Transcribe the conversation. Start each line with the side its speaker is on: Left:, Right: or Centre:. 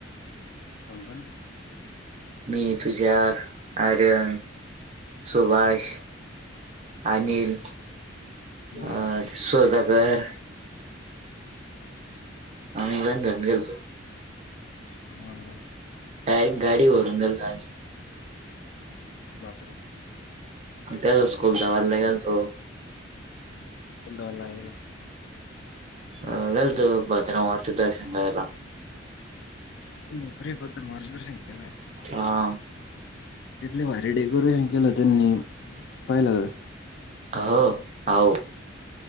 Left: कोण कोण?
Right: मी तुझ्या आर्यन. सुभाष. अनिल
Left: बापरे!
Right: अ सौदागर. आम्ही <unintelligible> गेलतो.
Left: हां
Right: डायरेक्ट गाडीवरून गेलतो आम्ही.
Left: बापरे!
Right: तसच खुलताबादला गेलतो.
Left: फंडाल आहे.
Right: अ गेलते भद्रा वारच दरसन घ्यायला.
Left: हम् प्रि बदर मार सिंगलाय.
Right: हा.
Left: तिथले भारी डेकोरेशन केलं त्यांनी. पाहिलं का?
Right: <inaudible> हो आव.